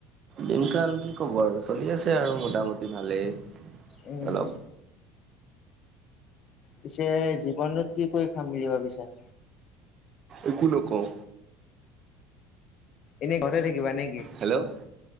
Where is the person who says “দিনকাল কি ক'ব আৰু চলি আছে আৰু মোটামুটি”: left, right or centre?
Right